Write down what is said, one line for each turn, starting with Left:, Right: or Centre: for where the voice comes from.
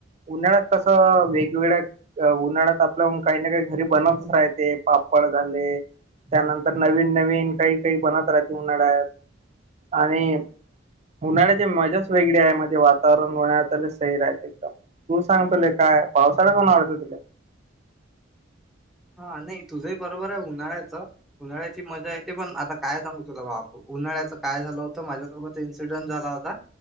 Right: उन्हाळ्यात कसं वेगवेगळ्या अ उन्हाळ्यात आपल्या काही ना काही घरी बनतच राहते पापड झाले त्यानंतर नवीन नवीन काही काही बनत राहते उन्हाळ्यात आणि उन्हाळ्याची मजाच वेगळी आहे म्हणजे वातावरण उन्हाळ्यात सैर आहेत एकदम. तु सांग तुले काय पावसाळा आवडयतं तुला.
Centre: हा नाही तुझंही बरोबर हाय उन्हाळ्याचं, उन्हाळ्याची मजा येते पण आता काय सांगू तुला बा आपण उन्हाळ्याचं काय झालं होतं माझ्यासोबत इन्सिडेंट झाला होता